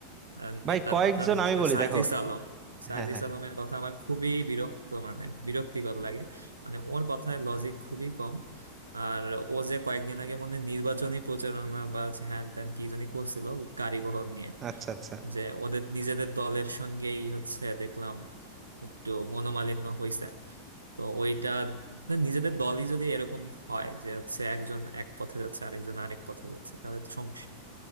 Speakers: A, on the right; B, on the right.
A: আহ,
B: ভাই
A: নেতার
B: কয়েকজন
A: কথা বিশেষ
B: আমি
A: করে
B: বলি
A: সাইজিস
B: দেখো
A: আলম সাইজিস
B: হ্যাঁ হ্যাঁ
A: আলমের কথা আমার খুবই বিরক্ত মানে বিরক্তিকর লাগে মানে ওর কথায় লজিক খুবই কম আর ও যে কয়েকদিন আগে মনে হয় নির্বাচনী প্রচারণা বা হচ্ছে হ্যান ত্যান কি জানি করছিল গাড়ি বহর নিয়ে
B: আচ্ছা আচ্ছা
A: যে ওদের নিজেদের দলের সঙ্গেই হচ্ছে দেখলাম একটু মনোমালিন্য হয়েছে তো ওইটা না, নিজেদের দলই যদি এরকম হয় যে হচ্ছে একজন এক পথে যাচ্ছে আরেকজন আরেক পথে যাচ্ছে তাহলে তো সমস্যা